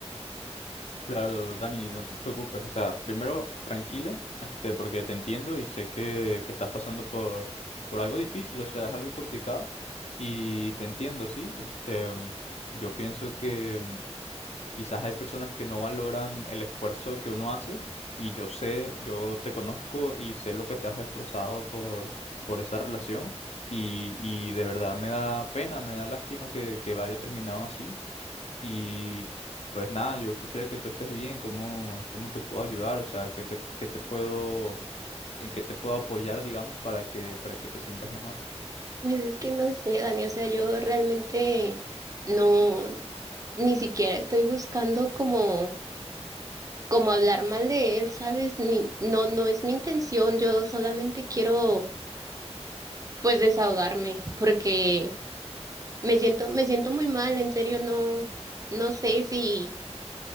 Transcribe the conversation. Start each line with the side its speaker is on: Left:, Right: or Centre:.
Left: Claro, Dani, no te preocupes. O sea, primero, tranquila, este, porque te entiendo y sé que, que estás pasando por, por algo difícil, o sea, es algo complicado. Y te entiendo, sí. Este, em, yo pienso que, em, Quizás hay personas que no valoran el esfuerzo que uno hace y yo sé, yo te conozco y sé lo que te has esforzado por, por esa relación y, y de verdad me da pena, me da lástima que, que haya terminado así y pues nada, yo quisiera que tú estés bien, ¿cómo, cómo te puedo ayudar? O sea, ¿qué te, qué te puedo, en qué te puedo apoyar, digamos, para que, para que te sientas mejor?
Right: Pues es que no sé, Dani, o sea, yo realmente no, ni siquiera estoy buscando como como hablar mal de él, ¿sabes? Ni, no, no es mi intención, yo solamente quiero pues desahogarme porque me siento, me siento muy mal, en serio, no, no sé si,